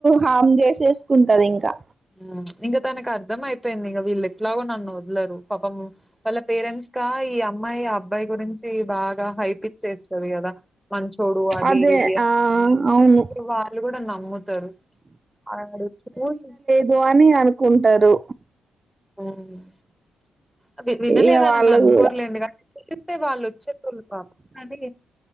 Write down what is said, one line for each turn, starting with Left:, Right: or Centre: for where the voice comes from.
Right: హార్మ్ చేసేసుకుంటది ఇంకా
Centre: ఉ ఇంగ తనకు అర్థం అయిపోయింది ఇంకా వీళ్ళకి ఎట్లాగో నన్ను వదలరు పాపం వాళ్ళ పేరెంట్స్ ఆ ఈ అమ్మాయి అబ్బాయి గురించి బాగా హైప్ ఇచ్చేస్తది కదా మంచోడు అది
Right: అదే
Centre: ఇది
Right: ఆ అవును
Centre: వాళ్ళు కూడా నమ్ముతారు అడ చూసి
Right: దో అని అనుకుంటారు
Centre: ఉమ్ అ వినలేదనిని
Right: ఇగ వాళ్ళు
Centre: అనుకోర్లేం
Right: కూడా
Centre: కానీ చూస్తే వాళ్ళు వచ్చేళు బప కానీ